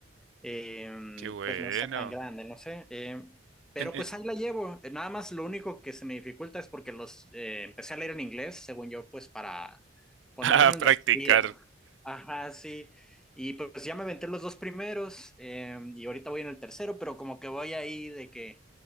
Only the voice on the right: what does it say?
Qué bueno.
En- en-
<laughs> a practicar.